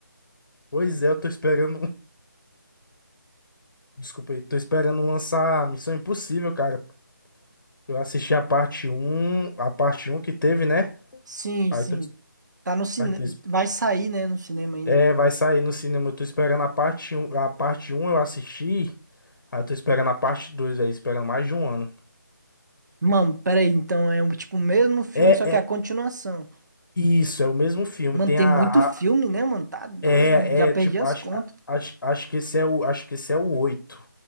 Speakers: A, on the left; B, on the right.
A: pois é, eu tô esperando. um, Desculpa aí, tô esperando lançar Missão Impossível, cara. Eu assisti a parte um a parte um que teve, né?
B: Sim,
A: Aí
B: sim.
A: tô,
B: Tá no cinema.
A: aí tô,
B: Vai sair, né, no cinema ainda.
A: é, vai sair no cinema. Eu tô esperando a parte 1, a parte um eu assisti. Aí eu tô esperando a parte 2 aí, esperando mais de um ano.
B: Mano, peraí, então é um tipo o mesmo filme,
A: É,
B: só que é
A: é
B: a continuação.
A: isso, é o mesmo filme.
B: Mano,
A: Tem
B: tem
A: a,
B: muito filme, né, mano? Tá doido.
A: É,
B: Já perdi
A: é, tipo,
B: as
A: acho,
B: contas.
A: a- acho, acho que esse é o, acho que esse é o oito